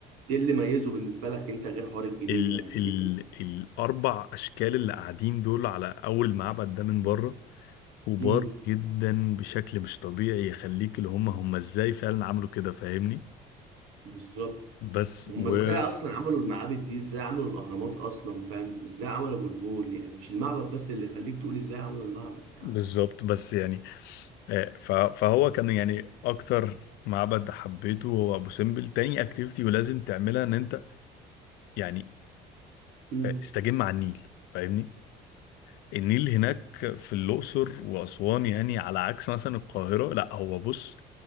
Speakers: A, on the right; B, on the left.
A: ايه اللي ميزه بالنسبه لك انت غير حوار الجنيه
B: ال
A: ده يعني
B: ال
A: ايه
B: الاربع اشكال اللي قاعدين دول على اول معبد ده من بره كبار
A: امم
B: جدا بشكل مش طبيعي يخليك اللي هم هم ازاي فعلا عملوا كده فاهمني
A: بالظبط
B: بس
A: هم
B: و
A: ازاي اصلا عملوا المعابد دي ازاي عملوا الاهرامات اصلا فاهم ازاي عملوا ابو الهول يعني مش المعبد بس اللي يخليك تقول ازاي عملوا المعبد يعني
B: بالظبط بس يعني آه، ف- فهو كان يعني اكتر معبد حبيته هو ابو سمبل تاني اكتيفيتي ولازم تعملها ان انت يعني
A: امم
B: آه، استجم على النيل فاهمني النيل هناك في الاقصر واسوان يعني على عكس مثلا القاهره لا هو بص